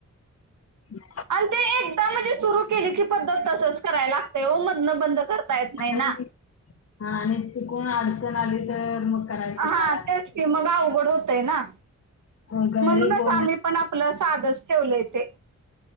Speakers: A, on the left; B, on the right.
A: <inaudible>
B: आणि ते एकदा म्हणजे सुरु केली की पद्धत तसच करायला लागतय ओ मधनं बंद कर ता येत नाही
A: आणि
B: ना.
A: हा आणि चुकून अडचण आली तर मग करायचं
B: हा
A: काय असं
B: तेच
A: होतंय.
B: की मग अवघड होतय ना.
A: मग घरी
B: म्हणूनच
A: कोण
B: आम्ही
A: नाही.
B: पण आपलं साधच ठेवलंय तेे.